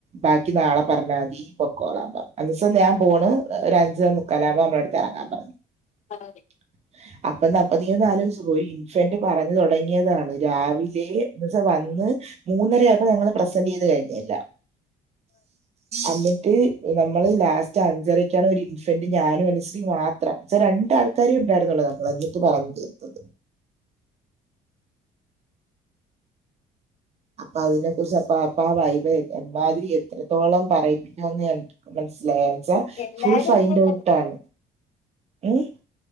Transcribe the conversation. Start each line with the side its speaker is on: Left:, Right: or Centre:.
Right: ബാക്കി നാളെ പറഞ്ഞാതി പൊക്കോളാം പറഞ്ഞ് അന്നൂസം ഞാമ്പോണ് ഒരു അഞ്ചേ മുക്കാലാവുമ്പോ നമ്മളടുത്ത് എറങ്ങാൻ പറഞ്ഞു.
Left: ആഹ്-
Right: <unintelligible> അപ്പ ന്ന് അപ്പ നീയൊന്നാലോചിച്ച് ഒരു ഇൻഫന്റ് പറഞ്ഞു തുടങ്ങിയതാണ് രാവിലെ ന്നച്ച വന്ന് മൂന്നര ആയപ്പോ ഞങ്ങള് പ്രസെന്റ് ചെയ്ത് കഴിഞ് എല്ലാം എന്നിട്ട്- നമ്മള് ലാസ്റ്റ് അഞ്ചരയ്ക്കാണ് ഒരു ഇൻഫന്റ് ഞാനും അനുശ്രീ മാത്രം ച്ചാ രണ്ടാൾ ആ കാര്യേ ഒണ്ടായിരുന്നുള്ളൂ നമ്മള് അന്നിട്ട് പറഞ്ഞു തീർത്തത് അപ്പൊ അതിനെ കുറിച്ച് അപ്പ അപ്പ ആ വൈവേ എമ്മാതിരി എത്രത്തോളം പറയിപ്പിക്കുമെന്ന് <unintelligible> മനസ്സിലായച്ചാ
Left: എല്ലാരും
Right: ഫുൾ ഫൈൻഡ്
Left: ഇങ്ങനെയാണ്
Right: ഔട്ട് ആണ് ഉം